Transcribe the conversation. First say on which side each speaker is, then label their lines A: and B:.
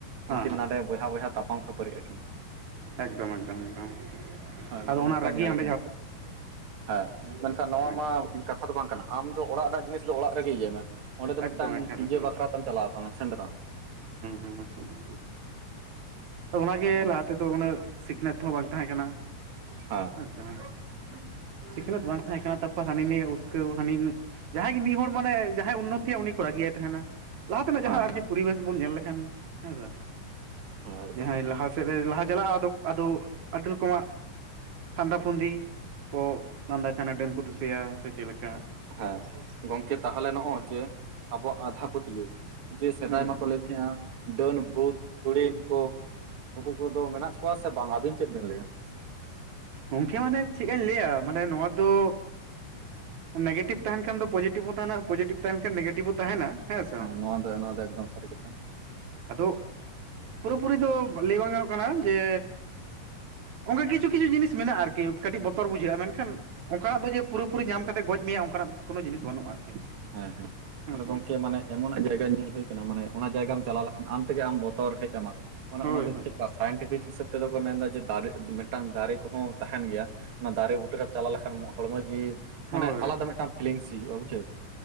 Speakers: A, on the right; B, on the right.
A: ᱩᱱᱠᱤᱱ
B: ᱦᱮᱸ
A: ᱱᱟᱸᱰᱮ ᱵᱚᱭᱦᱟ ᱵᱚᱭᱦᱟ ᱛᱟᱯᱟᱢ ᱠᱷᱟᱹᱯᱟᱹᱨᱤᱜ ᱟᱹᱠᱤᱱ᱾
B: ᱮᱠᱫᱚᱢ ᱮᱠᱫᱚᱢ ᱮᱠᱫᱚᱢ
A: ᱦᱮᱸ ᱱᱚᱜᱼᱚ
B: ᱟᱫᱚ ᱚᱱᱟ ᱨᱟᱹᱜᱤᱭᱟᱢᱼᱼ
A: <inaudible> ᱦᱮᱸ ᱢᱮᱱᱠᱷᱟᱱ ᱱᱚᱣᱟ ᱢᱟ
B: ᱮᱠᱫᱚᱢ
A: ᱠᱟᱛᱷᱟ ᱫᱚ ᱵᱟᱝ ᱠᱟᱱᱟ ᱟᱢ ᱫᱚ ᱚᱲᱟᱜ ᱨᱮᱱᱟᱜ ᱡᱤᱱᱤᱥ ᱫᱚ ᱚᱲᱟᱜ ᱨᱮᱜᱮ ᱤᱭᱟᱹᱭ ᱢᱮ᱾ ᱚᱸᱰᱮ ᱫᱚ ᱢᱤᱫᱴᱟᱝ
B: ᱮᱠᱫᱚᱢ <unintelligible> ᱦᱩᱸ
A: ᱤᱭᱟᱹ ᱵᱟᱠᱷᱨᱟ ᱛᱮᱢ ᱪᱟᱞᱟᱣ ᱟᱠᱟᱱᱟ ᱥᱮᱸᱫᱽᱨᱟ
B: ᱦᱩᱦᱩ ᱦᱩᱦᱩ ᱦᱩ ᱟᱫᱚ ᱚᱱᱟᱜᱮ
A: ᱱᱚᱜᱼᱚ ᱱᱚᱝᱠᱟ
B: ᱞᱟᱦᱟ ᱛᱮᱫᱚ ᱩᱱᱟᱹᱜ ᱥᱤᱠᱷᱱᱟᱹᱛ ᱦᱚᱸ ᱵᱟᱝ ᱛᱟᱦᱮᱸ ᱠᱟᱱᱟ᱾
A: ᱦᱮᱸ
B: <unintelligible> ᱥᱤᱠᱷᱱᱟᱹᱛ ᱵᱟᱝ ᱛᱟᱦᱮᱸ ᱠᱟᱱᱟ ᱛᱟᱵᱼᱼ ᱯᱟᱨ ᱦᱟᱹᱱᱤ ᱱᱤᱭᱮᱹ ᱩᱥᱠᱟᱹᱣ ᱦᱟᱹᱱᱤ ᱡᱟᱦᱟᱸᱭ ᱜᱮ ᱢᱤᱫ ᱦᱚᱲᱚᱲ ᱢᱟᱱᱮ ᱡᱟᱦᱟᱸᱭ ᱩᱱᱱᱚᱛᱤᱭᱟ ᱩᱱᱤ ᱠᱚ ᱨᱟᱹᱜᱤᱭᱟᱭ ᱛᱟᱦᱮᱱᱟ᱾ ᱞᱟᱦᱟ ᱛᱮᱱᱟᱜ
A: ᱦᱮᱸ
B: ᱡᱟᱦᱟᱸ ᱟᱨᱠᱤ
A: ᱦᱮᱸ
B: ᱯᱩᱨᱤᱵᱮᱹᱥ ᱵᱚᱱ ᱧᱮᱞ ᱞᱮᱠᱷᱟᱱ ᱦᱮᱸᱥᱮ
A: ᱮᱠᱫᱚᱢ
B: ᱡᱟᱦᱟᱸᱭ ᱞᱟᱦᱟᱼᱼ ᱥᱮᱫ ᱨᱮ ᱞᱟᱦᱟ ᱪᱟᱞᱟᱜᱼᱟ ᱟᱫ ᱟᱹᱰᱤ ᱨᱚᱠᱚᱢᱟᱜ᱾ ᱯᱷᱟᱱᱫᱟ ᱯᱷᱩᱱᱫᱤ ᱠᱚ ᱞᱟᱸᱫᱟᱭ ᱛᱟᱦᱮᱱᱟ ᱰᱟᱹᱱ ᱠᱚ ᱫᱩᱥᱮᱹᱭᱟ ᱥᱮ ᱪᱮᱜ ᱞᱮᱠᱟ,
A: ᱦᱮᱸ ᱜᱚᱝᱠᱮ ᱛᱟᱦᱚᱞᱮ ᱱᱚᱜᱼᱚ ᱡᱮ ᱟᱵᱚᱣᱟᱜ ᱟᱫᱷᱟ ᱯᱟᱹᱛᱭᱟᱹᱣ, ᱡᱮ ᱥᱮᱫᱟᱭ
B: ᱦᱩᱸ
A: ᱢᱟᱠᱚ ᱞᱟᱹᱭ ᱛᱮᱸᱦᱮᱜᱼᱟ ᱰᱟᱹᱱ, ᱵᱷᱩᱛ, ᱪᱩᱲᱤᱱ ᱠᱚ ᱱᱩᱠᱩ ᱠᱚᱫᱚ ᱢᱮᱱᱟᱜ ᱠᱚᱣᱟ ᱥᱮ ᱵᱟᱝᱟ ᱟᱹᱵᱤᱱ ᱪᱮᱫ ᱵᱤᱱ ᱞᱟᱹᱭᱟ?
B: ᱜᱚᱝᱠᱮ ᱢᱟᱱᱮ ᱪᱮᱜ ᱠᱟᱧ ᱞᱮᱹᱭᱟ ᱢᱟᱱᱮ ᱱᱚᱣᱟ ᱫᱚᱼᱼ ᱱᱮᱹᱜᱮᱹᱴᱤᱵᱷ ᱛᱟᱦᱮᱱ ᱠᱷᱟᱱ ᱫᱚ ᱯᱚᱡᱮᱹᱴᱤᱵᱷ ᱦᱚᱸ ᱛᱟᱦᱮᱱᱟ ᱟᱨ ᱯᱚᱡᱮᱹᱴᱤᱵᱷ ᱛᱟᱦᱮᱱ ᱠᱷᱟᱱ ᱱᱮᱹᱜᱮᱹᱴ ᱛᱟᱦᱮᱱᱟ ᱦᱮᱸ ᱥᱮ ᱵᱟᱝ
A: ᱱᱚᱣᱟ ᱫᱚ ᱱᱚᱣᱟ ᱫᱚ ᱮᱠᱫᱚᱢ ᱥᱟᱹᱨᱤ ᱠᱟᱛᱷᱟ
B: ᱟᱫᱚᱼᱼ ᱯᱩᱨᱟᱹᱯᱩᱨᱤ ᱫᱚ ᱞᱟᱹᱭ ᱵᱟᱝ ᱜᱟᱱᱚᱜ ᱠᱟᱱᱟ ᱡᱮᱼᱼ
A: <unintelligible>
B: ᱚᱱᱠᱟ ᱠᱤᱪᱷᱩ ᱠᱤᱪᱷᱩ ᱡᱤᱱᱤᱥ ᱢᱮᱱᱟᱜ-ᱟ, ᱟᱨᱠᱤ ᱠᱟᱹᱴᱤᱡ ᱵᱚᱛᱚᱨ ᱵᱩᱡᱷᱟᱹᱜ-ᱟ, ᱢᱮᱱᱠᱷᱟᱱᱼᱼ ᱚᱱᱠᱟᱱᱟᱜ ᱫᱚ ᱡᱮ ᱯᱩᱨᱟᱹᱯᱩᱨᱤ ᱧᱟᱢ ᱠᱟᱛᱮᱫ ᱜᱚᱡ ᱢᱮᱭᱟ ᱡᱮ ᱚᱱᱠᱟᱱᱟᱜ ᱠᱳᱱᱳ ᱡᱤᱱᱤᱥ ᱵᱟᱹᱱᱩᱜ-ᱟ᱾ ᱟᱨᱠᱤ᱾
A: ᱦᱮᱸ ᱦᱮᱸ
B: ᱦᱮᱸ
A: ᱟᱫᱚ
B: ᱥᱮ
A: ᱜᱚᱝᱠᱮ ᱢᱟᱱᱮ, ᱮᱢᱚᱱᱱᱟᱜ ᱡᱟᱭᱜᱟ ᱧᱮᱞ ᱦᱩᱭ ᱟᱠᱟᱱᱟ ᱢᱟᱱᱮ ᱚᱱᱟ ᱡᱟᱭᱜᱟᱢ ᱪᱟᱞᱟᱣ ᱞᱮᱠᱷᱟᱱ ᱟᱢ ᱛᱮᱜᱮ ᱟᱢ ᱵᱚᱛᱚᱨ ᱦᱮᱡ ᱟᱢᱟ᱾ ᱢᱟᱱᱮ
B: ᱦᱳᱭ
A: ᱚᱱᱟ ᱫᱚ
B: ᱦᱳᱭ
A: ᱪᱮᱫᱠᱟ ᱥᱟᱭᱮᱱᱴᱤᱯᱷᱤᱠ ᱦᱤᱥᱟᱹᱵ ᱛᱮᱫᱚ ᱠᱚ ᱢᱮᱱᱫᱟ ᱡᱮ ᱫᱟᱨᱮ ᱢᱤᱫᱴᱟᱝ ᱫᱟᱨᱮ ᱠᱚᱦᱚᱸ ᱛᱟᱸᱦᱮᱱ ᱜᱮᱭᱟ᱾ ᱚᱱᱟ ᱫᱟᱨᱮ ᱵᱩᱴᱟᱹᱨᱮ ᱨᱮ ᱪᱟᱞᱟᱣ ᱞᱮᱠᱷᱟᱱ ᱦᱚᱲᱢᱚ ᱡᱤᱣᱤ
B: ᱦᱳᱭ
A: ᱢᱟᱱᱮ ᱟᱞᱟᱫᱟ ᱢᱤᱫᱴᱟᱝ ᱯᱷᱤᱞᱤᱝᱥ ᱦᱤᱡᱩᱜ-ᱟ, ᱵᱩᱡᱷᱟᱹᱣ,